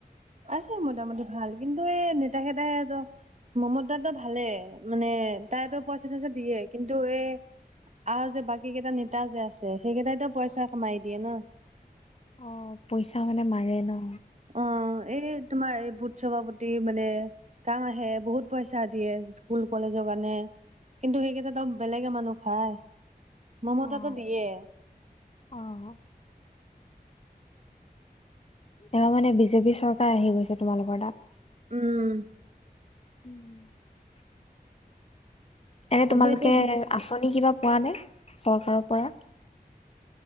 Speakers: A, on the right; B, on the left.
A: আছে মোটামুটি ভাল কিন্তু এই নেতা কেইটাইতো মমতাটো ভালে মানে তাইতো পইচা চইচা দিয়ে কিন্তু এই আৰু যে বাকী কেইটা নেতা যে আছে সেইকেইটাইতো পইচা কামাই দিয়ে ন।
B: অ পইচা মানে মাৰে ন?
A: অ, এই তোমাৰ এই বুটসৱ। মানে, কাম আহে বহুত পইচা দিয়ে স্কুল কলেজৰ কাৰণে, কিন্তু সেইকেইটা তম বেলেগে মানুহ খায় মমতটো
B: অ'
A: দিয়ে।
B: অ'। এইবাৰ মানে বিজেপি চৰকাৰ আহি গৈছে তোমালোকৰ তাত।
A: উম।
B: <unintelligible> এনে
A: চবে
B: তোমালোকে
A: এতিয়া বি
B: আঁচনি কিবা। পোৱা নে চৰকাৰৰ পৰা?